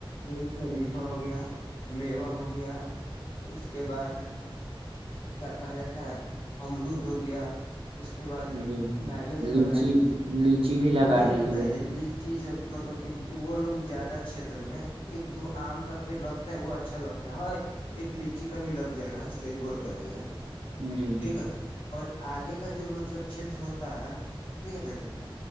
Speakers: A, on the left (about 70°); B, on the right (about 80°).
A: وہی شریفہ ہو گیا میوا ہو گیا اس کے بعد <unintelligible> کیا کہا جاتا ہے امرود ہو گیا اس کے بعد
B: جی بھائی جان،
A: ناریل تو لگا
B: لیچی
A: ہی دیا
B: لیچی بھی لگا
A: نہیں
B: دیجیے
A: بھائی
B: گا
A: جانچ چیزب مطلب کہ وہ لوگ زیادہ چھیتر میں ایک دو آم کا پیڑ لگتا ہے وہ اچھا لگتا ہے ہے ایک لچی کا بھی لگ جائے گا صحیح بول رہ <unintelligible> ہوی جا <unintelligible>
B: جی
A: ٹھیک ہے اور <unintelligible> آگے کا جو مطلب چھیتر ہوتا ہے ٹھیک ہے بھائی جان